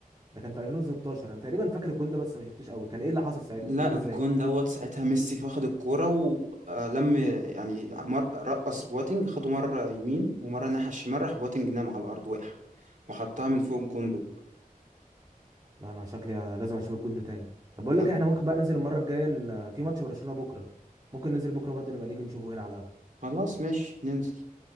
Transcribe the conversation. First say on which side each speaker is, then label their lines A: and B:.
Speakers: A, on the right (about 25°); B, on the right (about 60°).
A: ده كان في 2016 انا تقريبا فاكر الجون ده بس ما شفتوش قوي كان ايه اللي حصل ساعتها
B: لا
A: جابه
B: الجون
A: ازاي
B: دوت ساعتها ميسي واخد الكوره ولم يعني مر... رقص بواتينج خده مره يمين ومره ناحيه الشمال راح بواتينج نام على الارض وقع وحطها من فوق الجون لوب
A: لا انا شكلي لازم اشوف الجون ده تاني طب بقول
B: لا
A: لك إيه، احنا ممكن بقى ننزل المره الجايه إن- في ماتش برشلونه بكره ممكن ننزل بكره برضه نبقى نيجي نشوفه هنا على القهوه
B: خلاص ماشي ننزل